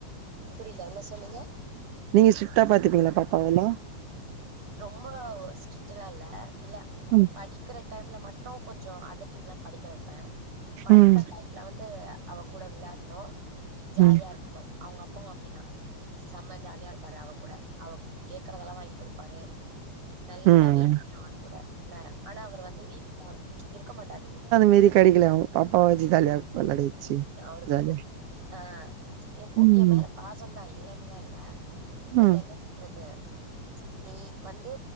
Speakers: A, on the right; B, on the right.
A: புரில்ல என்ன சொல்லுங்க
B: நீங்க ஸ்ட்ரியிட்டா பாத்துப்பீங்களா பாப்பாவ எல்லா
A: ரொம்போ ஸ்ட்ரிட்டுல்லா இல்ல இல்ல
B: ம்
A: படிக்கிற டைம்ல மட்டு கொஞ்சம் அதட்டி எல்லா படிக்க வெப்பே மத்த
B: ம்
A: டைம்ல வந்து அவ கூட விளையாட்னோ ஜாலியா
B: ம்
A: இருக் கனு அவ்ங்க அப்பாவு அப்டிதா செம்ம ஜாலியா இருப்பாரு அவ கூட அவ கேக்குறதெல்லா வாங்கி குடுப்பாரு நல்லா
B: ம்
A: விளையா அவ கூட என்ன ஆனா அவர் வந்து வீட்டுல இருக்க மாட்டாரு
B: மீதி கடைக்கல பாப்பாவ வச்சி ஜாலியா இருப்போ எல்லாரு இச்சி
A: அவருக்கு
B: ஜாலியா
A: ஆ எப்போ
B: ம்
A: எ மேல பாசந்தா இல்லன்லா இல்ல பட்
B: ம்
A: என்ன பண்றது நீ வந்து